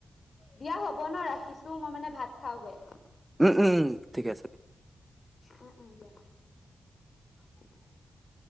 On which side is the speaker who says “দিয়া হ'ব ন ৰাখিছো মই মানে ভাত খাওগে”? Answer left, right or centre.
Left